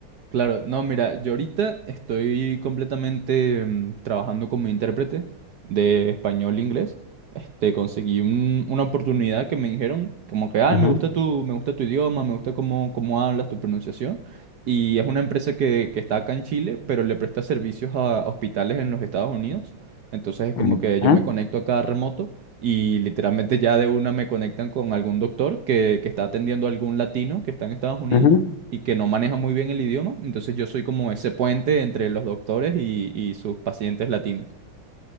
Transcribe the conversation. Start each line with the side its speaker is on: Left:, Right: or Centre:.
Right: Claro, no, mira, yo ahorita estoy completamente mm, trabajando como intérprete de español-inglés. e inglés. Este, conseguí un- una oportunidad que me dijeron como que, ay,
Left: Ujú,
Right: me gusta tu, me gusta tu idioma, me gusta cómo, cómo hablas, tu pronunciación. Y es una empresa que, que está acá en Chile, pero le presta servicios a hospitales en los Estados Unidos. Entonces es como
Left: mm,
Right: que yo
Left: ujú,
Right: me conecto acá remoto y literalmente ya de una me conectan con algún doctor que, que está atendiendo a algún latino que está en Estados Unidos
Left: ujú.
Right: y que no maneja muy bien el idioma. Entonces yo soy como ese puente entre los doctores y, y sus pacientes latinos.